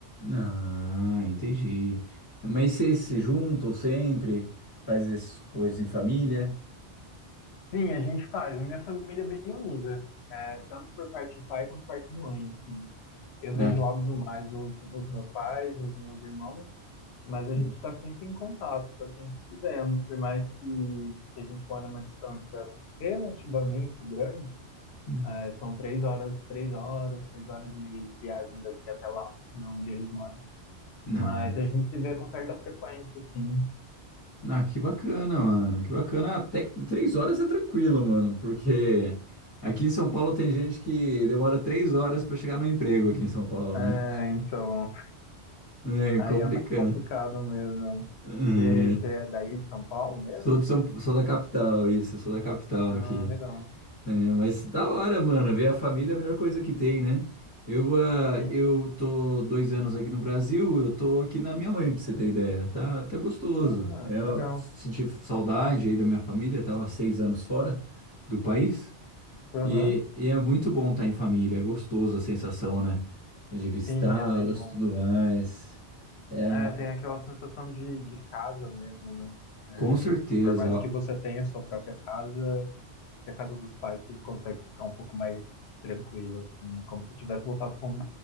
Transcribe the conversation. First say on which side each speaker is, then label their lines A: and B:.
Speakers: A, on the left (about 25°); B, on the left (about 70°).
A: Ah, entendi. Mas vocês se juntam sempre? Faz essas coisas em família?
B: Sim, a gente faz, a minha família é bem unida, é, tanto por parte de pai quanto por parte de mãe, assim. eu vejo,
A: Ah, que...
B: óbvio, mais os, os meus pais, os meus irmãos, mas a
A: hum,
B: gente está sempre em contato, está sempre se vendo, por mais que, que a gente mora uma distância relativamente grande,
A: hum.
B: é, são três horas, três horas, três horas e meia de viagem daqui até lá, não onde eles moram. Mas
A: Ah,
B: a gente se vê com certa frequência, assim.
A: ah, que bacana, mano. Que bacana. Até que três horas é tranquilo, mano, porque aqui em São Paulo tem gente que demora três horas pra chegar no emprego aqui em São Paulo,
B: É,
A: né?
B: então,
A: É
B: aí
A: complicado.
B: é mais complicado mesmo.
A: É.
B: Você, você é daí de São Paulo mesmo?
A: Sou de São, sou da capital, isso. Sou da capital
B: Ah,
A: aqui.
B: legal.
A: É, mas da hora, mano. Ver a família é a melhor coisa que tem, né? Eu, ah,
B: Sim.
A: eu tô dois anos aqui no Brasil, eu tô aqui na minha mãe, pra você ter ideia. Tá, tá gostoso.
B: Ah,
A: É,
B: que
A: Eu
B: legal.
A: senti saudade aí da minha família, tava seis anos fora do país.
B: Aham.
A: E, e é muito bom estar em família, é gostoso a sensação, né? De visitá-los,
B: Sim, é bem bom.
A: tudo mais. É,
B: É, tem aquela sensação de, de casa mesmo, né?
A: com certeza.
B: Por mais que você tenha sua própria casa, que a casa dos pais você consegue ficar um pouco mais tranquilo, assim. É como se tivesse voltado para um,